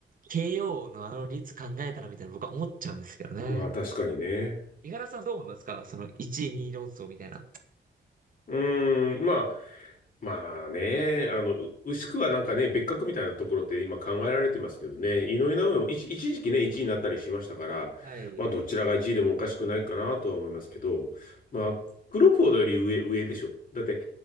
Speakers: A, on the right; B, on the left.
A: KO のあの率考えたらみたいな僕は思っちゃうんですけどね。
B: まあ確かにね。
A: 五十嵐さんどう思いますかその1位2位論争みたいな。
B: うーん。まあ、まあね。あの、う牛久はなんかね、別格みたいなところって今考えられてますけどね。井上尚弥も一、一時期ね、1位になったりしましたから、
A: はい。
B: まあどちらが1位でもおかしくないかなとは思いますけど、まあ、クロフォードより上、上でしょ。だって、やっ